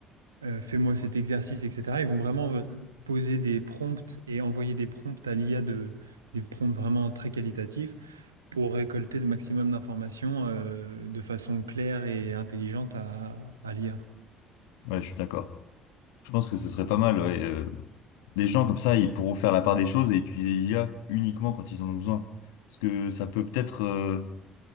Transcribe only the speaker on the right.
euh, fais-moi cet exercice, etc. Ils vont vraiment euh, poser des prompts et envoyer des prompts à l'IA de, des prompts vraiment très qualitatifs pour récolter le maximum d'informations euh, de façon claire et intelligente à, à l'IA.